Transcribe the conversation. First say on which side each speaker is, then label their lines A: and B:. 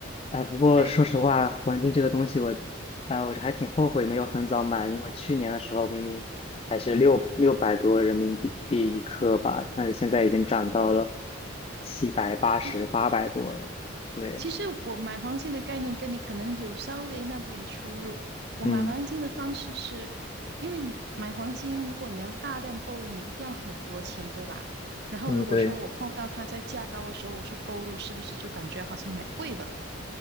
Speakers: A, on the left; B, on the right.
A: 呃，不过说实话，
B: 对
A: 黄金这个东西我，啊、我还挺后悔没有很早买，因为去年的时候明明还是六六百多人民币币一克吧，但是现在已经涨到了七百八十八百多了。
B: 对。
A: 对，
B: 其实我买黄金的概念跟你可能有稍微那么一点出入。我买黄金的方式是，
A: 嗯
B: 因为你买黄金，如果你要大量购入，你一定要很多钱，对吧？然后如果说我碰到它在价高的时候，
A: 嗯，对。
B: 我去购入，是不是就感觉好像买贵了？